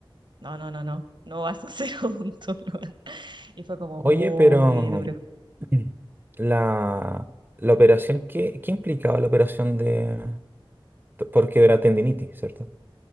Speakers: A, on the right; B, on the right.
A: no, no, no, no, no vas a ser <laughs> odontóloga. Y fue como
B: Oye,
A: muy
B: pero
A: duro.
B: <clears throat> la, la operación, ¿qué, qué implicaba la operación de... Porque era tendinitis, ¿cierto?